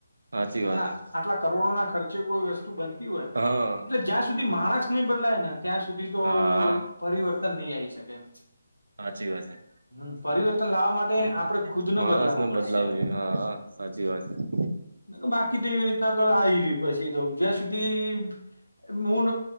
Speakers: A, on the right; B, on the left.
A: સાચી વાત
B: અને
A: હે
B: આટલા કરોડો ના ખર્ચે કોઈ વસ્તુ બનતી હોય
A: હા
B: એટલે જ્યાં સુધી માણસ નહી બદલાય ને ત્યાં સુધી તો
A: હા
B: પરિવર્તન નહી આવી શકે એમ
A: સાચી વાત હે
B: હમ પરિવર્તન લાવવા માટે
A: હમ
B: આપડે ખુદ નો
A: માણસને
B: બદલાવું પડશે
A: જોઈએ હા હા સાચી વાત છે
B: બાકી તો એવી રીતના તો પછી તો જ્યાં સુધી હું